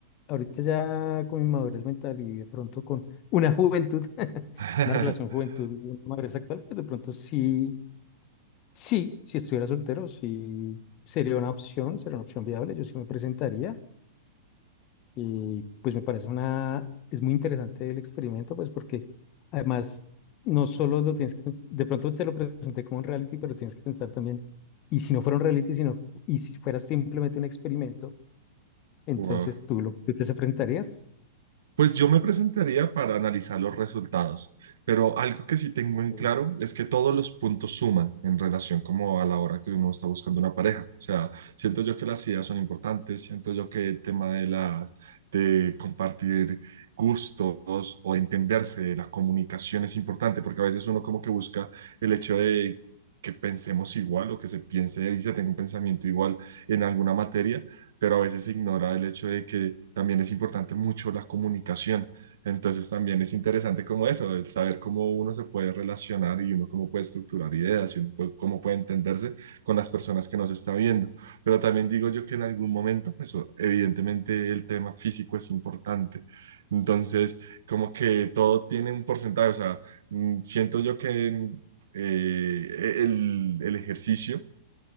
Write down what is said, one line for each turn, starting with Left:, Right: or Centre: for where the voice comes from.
Left: ahorita ya con mi madurez mental y de pronto con una juventud, <laughs>
Right: <laughs>
Left: una relación juventud y una madurez actual, pues de pronto sí, sí, si estuviera soltero, sí sería una opción, sería una opción viable, yo sí me presentaría. Y pues me parece una, es muy interesante el experimento, pues porque además no solo lo tienes que pens- de pronto te lo presenté como un reality, pero tienes que pensar también, y si no fuera un reality, sino, y si fuera simplemente un experimento, entonces
Right: Wow.
Left: tú, lo, tú te presentarías.
Right: Pues yo me presentaría para analizar los resultados, pero algo que sí tengo en
Left: Uy,
Right: claro es que todos los puntos suman en relación como a la hora que uno está buscando una pareja. O sea, siento yo que las ideas son importantes, siento yo que el tema de las de compartir gustos o entenderse, la comunicación es importante porque a veces uno como que busca el hecho de que pensemos igual o que se piense y se tenga un pensamiento igual en alguna materia pero a veces se ignora el hecho de que también es importante mucho la comunicación. Entonces también es interesante como eso, el saber cómo uno se puede relacionar y uno cómo puede estructurar ideas y uno puede- cómo puede entenderse con las personas que nos está viendo. Pero también digo yo que en algún momento, pues o- evidentemente el tema físico es importante. Entonces, como que todo tiene un porcentaje, o sea, mm, siento yo que... en- eh, e, el, el ejercicio